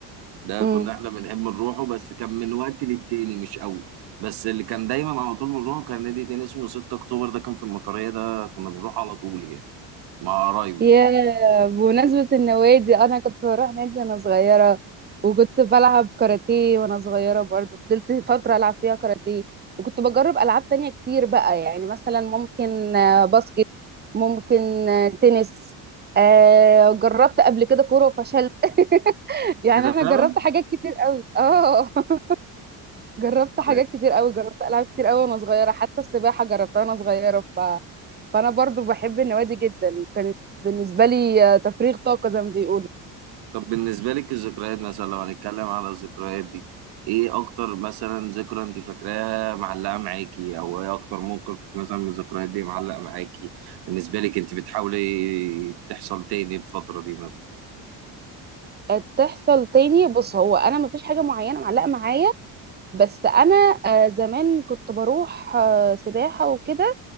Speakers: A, on the right; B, on the right.
A: ده
B: امم
A: كنا احنا بنحب نروحه بس كان من وقت للتاني مش قوي بس اللي كان دايما على طول بنروحه كان نادي تاني اسمه 6 اكتوبر ده كان في المطرية ده كنا بنروح على طول يعني مع قرايبي
B: يا بمناسبة النوادي أنا كنت بروح نادي وأنا صغيرة وكنت بلعب كاراتيه وأنا صغيرة برضو فضلت فترة ألعب فيها كاراتيه وكنت بجرب ألعاب تانية كتير بقى يعني مثلا ممكن آه، باسكت ممكن آه، تنس آه، جربت قبل كده كورة وفشلت <laughs> يعني
A: كده
B: أنا
A: فعلا
B: جربت حاجات كتير قوي اه <laughs> جربت حاجات
A: أنا-
B: كتير قوي جربت ألعاب كتير قوي وأنا صغيرة حتى السباحة جربتها وأنا صغيرة فانا برضو بحب النوادي جدا كانت بالنسبه لي آه، تفريغ طاقه زي ما بيقولوا
A: طب بالنسبة لك الذكريات مثلا لو هنتكلم على الذكريات دي ايه اكتر مثلا ذكرى انت فاكراها معلقة معاكي او ايه اكتر موقف مثلا من الذكريات دي معلق معاكي بالنسبة لك انت بتحاولي تحصل تاني الفترة دي مثلا
B: آه، تحصل تاني بص هو انا مفيش حاجه معينه معلقه معايا بس انا آه، زمان كنت بروح آه، سباحه وكده